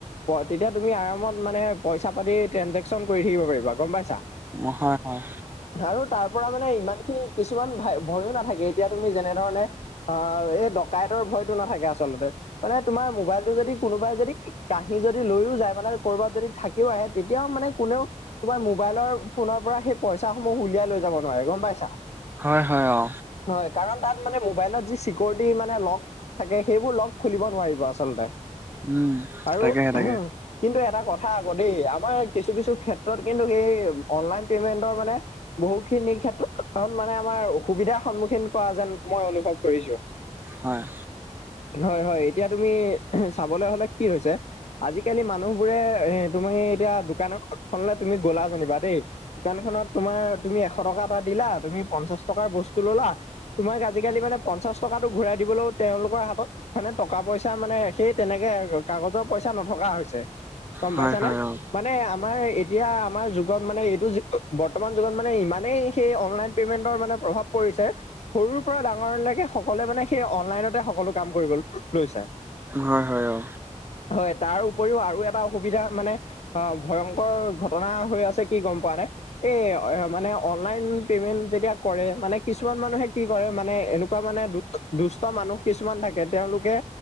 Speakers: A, on the left; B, on the right.
A: ব তেতিয়া তুমি আৰামত মানে পইচা পাতি ট্ৰেঞ্জেকশচন কৰি থাকিব পাৰিবা গম পাইছা?
B: ম, হয়- হয়
A: আৰু তাৰ পৰা মানে ইমান খিনি কিছুমান ভা ভয়ো নাথাকে এতিয়া তুমি যেনে ধৰণে অ, এ ডকাইতৰ ভয়তো নাথাকে আচলতে। মানে তোমাৰ মোবাইলটো যদি কোনোবাই যদি কাহী যদি লৈও যায় মানে কৰবাত যদি থাক কিও আহে তেতিয়াও মানে কোনেও তোমাৰ মোবাইলৰ ফোনৰ পৰা সেই পইচাসমূহ উলিয়াই লৈ যাব নোৱাৰে গম পাইছা?
B: হয় -হয় অ।
A: হয় কাৰণ তাত মানে মোবাইলত যি চিকৰিটি মানে লক থাকে সেইবোৰ লক খুলিব নোৱাৰিব আচলতে
B: উম
A: আৰু
B: তাকেহে তাকে
A: কিন্তু এটা কথা আকৌ দেই আমাৰ কিছু-কিছু ক্ষেত্ৰত কিন্তু এই অনলাইন পেমেন্টৰ মানে বহুখিনি ক্ষেত্ৰত মানে আমাৰ অসুবিধাৰ সন্মুখীন কৰা যেন মই অনুভৱ কৰিছোঁ।
B: হয়।
A: হয় -হয় এতিয়া তুমি চাবলৈ হ'লে কি হৈছে আজিকালি মানুহবোৰে এ তুমি এতিয়া দোকান এখনলে তুমি গ'লা যেনিবা দেই দোকানখনত তোমাৰ তুমি এশ টকা এটা দিলা তুমি পঞ্চাশ টকাৰ বস্তু ল'লা তোমাক আজিকালি মানে পঞ্চাশ টকাটো ঘূৰাই দিবলৈও তেওঁলোকৰ হাত ত মানে টকা পইচা মানে সেই তেনেকে কাগজৰ পইচা নথকা হৈছে। গম
B: হয়
A: পাইছানে
B: হয় অ
A: মানে আমাৰ এ এতিয়া আমাৰ যুগত মানে এইটো বৰ্তমান যুগত মানে ইমানেই সেই অনলাইন পেমেন্টৰ মানে প্ৰভাৱ পৰিছে সৰুৰ পৰা ডাঙৰলৈকে সকলোৱে মানে সেই অনলাইনতে সকলো কাম কৰিব লৈছে।
B: উম, হয় -হয় অ।
A: হয় তাৰ উপৰিও আৰু এটা অসুবিধা মানে অ, ভয়ংকৰ ঘটনা হৈ আছে কি গম পোৱা নে? এ মানে অনলাইন পেমেন্ট যেতিয়া কৰে মানে কিছুমান মানুহে কি কৰে মানে এনেকুৱা মানে দু দুষ্ট মানুহ কিছুমান থাকে তেওঁলোকে